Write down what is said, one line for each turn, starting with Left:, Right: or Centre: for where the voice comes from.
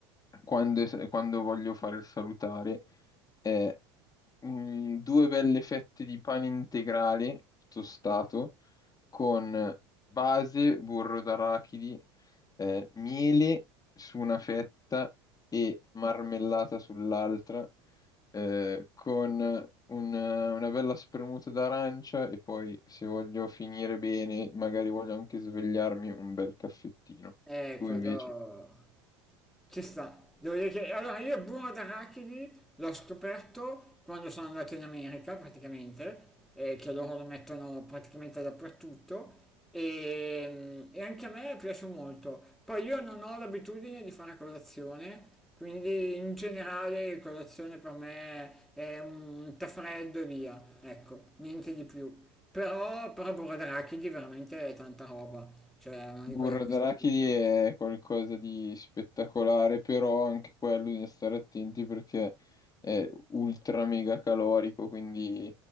Left: quando, es- quando voglio fare il salutare, è mh, due belle fette di pane integrale tostato con base, burro d'arachidi, eh, miele su una fetta e marmellata sull'altra, eh, con un- una bella spremuta d'arancia e poi, se voglio finire bene, magari voglio anche svegliarmi, un bel caffettino.
Centre: Eh,
Left: Tu
Centre: quello
Left: invece?
Centre: ci sta. Devo dire che allora io il burro d'arachidi l'ho scoperto quando sono andato in America praticamente, eh, che loro lo mettono praticamente dappertutto e, mm, e anche a me piace molto. Poi io non ho l'abitudine di fare colazione, quindi in generale colazione per me è un tè freddo e via, ecco, niente di più. Però, però burro d'arachidi veramente è tanta roba, cioè è una di
Left: Burro
Centre: quelle cose
Left: d'arachidi
Centre: che mi piace.
Left: è qualcosa di spettacolare, però anche quello bisogna stare attenti perché è ultra mega calorico, quindi